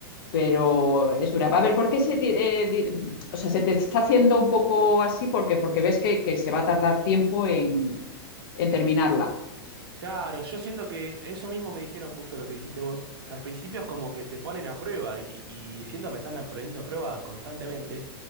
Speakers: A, on the left; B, on the right.
A: pero es dura. A ver, ¿por qué se, di- eh, di, o sea, se te está haciendo un poco así? Porque, porque ves que, que se va a tardar tiempo en, en terminarla.
B: Claro, yo siento que eso mismo me dijeron justo lo que dijiste vos, que al principio es como que te ponen a prueba y, y siento me están poniendo a prueba constantemente